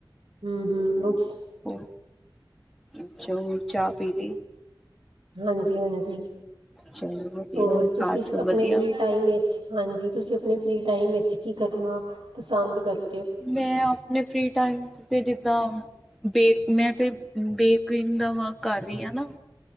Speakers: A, on the right; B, in the centre.
A: ਹੂ ਹੂ ਔ
B: ਹੂ, ਅੱਛਾ ਚਾਹ ਪੀ ਲਈ
A: ਹਾਂਜੀ ਹਾਂਜੀ,
B: ਚਲੋ ਵਧੀਆ
A: ਹੋਰ ਤੁਸੀਂ
B: ਘਰ ਸਭ
A: ਆਪਣੇ
B: ਵਧੀਆ
A: ਫਰੀ ਫ੍ਰੀ ਟਾਈਮ ਏ ਹਾਂਜੀ ਤੁਸੀਂ ਆਪਣੇ ਫ੍ਰੀ ਟਾਈਮ ਵਿੱਚ ਕੀ ਕਰਨਾ, ਪਸੰਦ ਕਰ?
B: ਮੈਂ ਆਪਣੇ ਫ੍ਰੀ ਟਾਈਮ ਤੇ ਜਿੱਦਾਂ ਬੇ, ਮੈਂ ਤੇ ਬੇਕਰੀ ਦਾ ਵਰਕ ਕਰ ਰਹੀ ਆਂ ਨਾ।